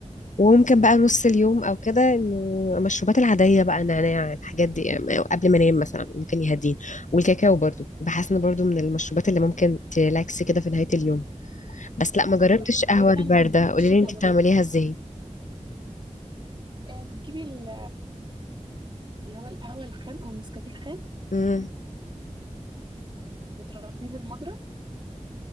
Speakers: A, on the left; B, on the right.
A: وممكن بقى نص اليوم او كده انه المشروبات العادية بقى نعناع الحاجات دي يعني قبل ما انام مثلا ممكن يهديني والكاكاو برضو بحس انه برضو من المشروبات اللي ممكن تلاكس كده في نهاية اليوم بس لا ما جربتش
B: يعني أنا بحبه
A: قهوة
B: جدا
A: الباردة
B: بس في
A: قولي
B: الشتاء
A: لي انت بتعمليها
B: بس
A: ازاي
B: آه بتجيبي ال- اللي هو القهوة الخام أو النسكافيه الخام
A: امم
B: وتضربيه بالمضرب